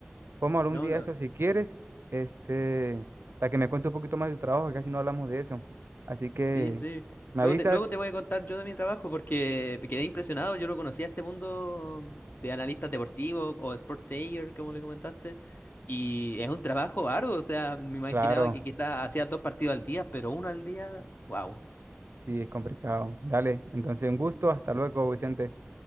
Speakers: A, on the right; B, on the left.
A: Podemos hablar
B: No,
A: un día
B: no.
A: de esto si quieres, este, para que me cuente un poquito más de tu trabajo, que casi no hablamos de eso. Así que,
B: Sí, sí.
A: ¿me
B: Luego
A: avisas?
B: te, luego te voy a contar yo de mi trabajo porque me quedé impresionado. Yo no conocía este mundo de analistas deportivos o sportager, como le comentaste. Y es un trabajo arduo. O sea, me imaginaba
A: Claro,
B: que quizás hacías dos partidos al día, pero uno al día. Wow.
A: sí, es complicado. Dale, entonces un gusto. Hasta luego, Vicente.